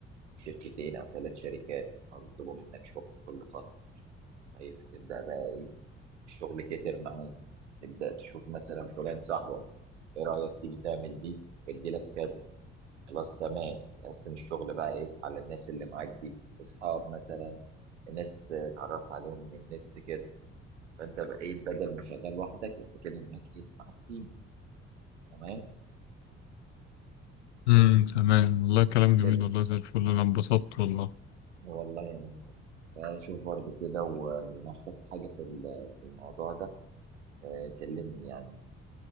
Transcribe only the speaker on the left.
امم تمام والله كلام جميل
والله زي الفل أنا انبسطت والله